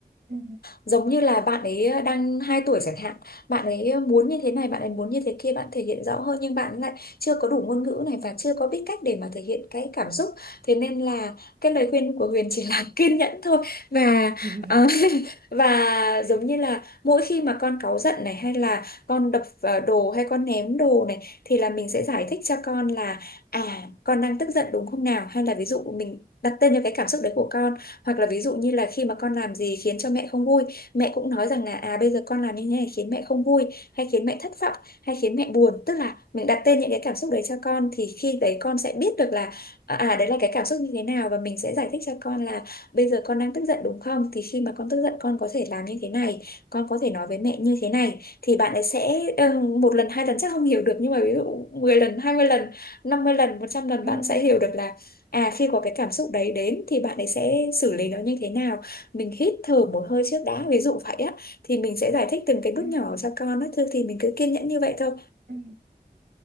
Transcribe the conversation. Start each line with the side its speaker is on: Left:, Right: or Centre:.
Right: ừ
Left: giống như là bạn ấy ờ, đang 2 tuổi chẳng hạn bạn ấy ờ, muốn như thế này bạn ấy muốn như thế kia bạn thể hiện rõ hơn nhưng bạn lại chưa có đủ ngôn ngữ này và chưa có biết cách để mà thể hiện cái cảm xúc thế nên là cái lời khuyên của Huyền chỉ là <laughs> kiên nhẫn thôi và
Right: ừ. <laughs>
Left: ờ, <laughs> và giống như là mỗi khi mà con cáu giận này hay là con đập vào đồ hay con ném đồ này thì là mình sẽ giải thích cho con là à con đang tức giận đúng không nào hay là ví dụ mình đặt tên cho cái cảm xúc đấy của con hoặc là ví dụ như là khi mà con làm gì khiến cho mẹ không vui mẹ cũng nói rằng là à bây giờ con làm như thế này khiến mẹ không vui hay khiến mẹ thất vọng hay khiến mẹ buồn tức là mình đặt tên những cái cảm xúc đấy cho con thì khi đấy con sẽ biết được là à à, đấy là cái cảm xúc như thế nào và mình sẽ giải thích cho con là bây giờ con đang tức giận đúng không thì khi mà con tức giận con có thể làm như thế này con có thể nói với mẹ như thế này thì bạn ấy sẽ ờ, một lần hai lần chắc không hiểu được nhưng mà ví dụ 10 lần 20 lần 50 lần một trăm lần
Right: ừ
Left: bạn sẽ hiểu được là à khi có cái cảm xúc đấy đến thì bạn ấy sẽ xử lý nó như thế nào mình hít thở một hơi trước đã ví dụ vậy á thì mình sẽ giải thích từng cái bước
Right: ừ
Left: nhỏ
Right: ừ
Left: cho con á thôi thì mình cứ kiên nhẫn như vậy thôi
Right: ừ